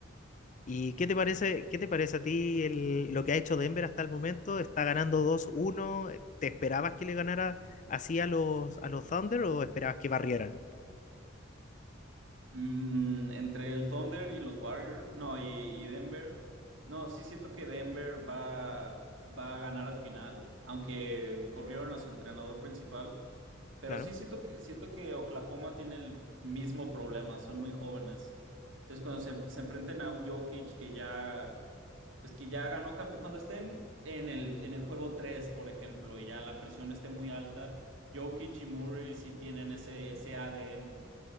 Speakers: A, on the left; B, on the right.
A: ¿Y qué te parece, qué te parece a ti el- lo que ha hecho Denver hasta el momento? ¿Está ganando dos uno Eh, ¿Te esperabas que le ganara así a los, a los Thunder o esperabas que barrieran?
B: Mm, entre el Thunder y los Warriors, no, y, y Denver, no, sí siento que Denver va, va a ganar al final, aunque corrieron a su entrenador principal, pero
A: Claro,
B: sí siento que, siento que Oklahoma tiene el mismo problema, son muy jóvenes. Entonces cuando se, se enfrenten a un Jokic que ya, pues que ya ganó, campe- cuando estén en el, en el juego 3 por ejemplo, y ya la presión esté muy alta, Jokic y Murray sí tienen ese, ese ADN,